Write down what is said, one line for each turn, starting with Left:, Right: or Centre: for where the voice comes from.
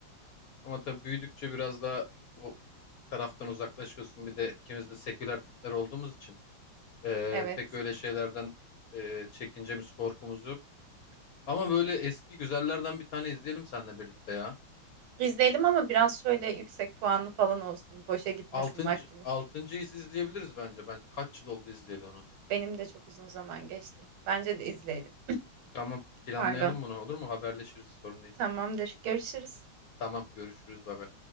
Left: Ama tabii büyüdükçe biraz daha o taraftan uzaklaşıyorsun. Bir de ikimiz de seküler tipler olduğumuz için eee,
Right: Evet.
Left: pek öyle şeylerden eee, çekincemiz, korkumuz yok. Ama böyle eski güzellerden bir tane izleyelim seninle birlikte ya.
Right: İzleyelim ama biraz şöyle yüksek puanlı falan olsun. Boşa gitmesin
Left: Altıncı,
Right: vaktimiz.
Left: altıncıyı izleyebiliriz bence. Ben kaç yıl oldu izleyeli onu.
Right: Benim de çok uzun zaman geçti. Bence de izleyelim.
Left: Tamam, planlayalım
Right: Pardon.
Left: bunu olur mu? Haberleşiriz sorun değil.
Right: Tamamdır. Görüşürüz.
Left: Tamam, görüşürüz baba.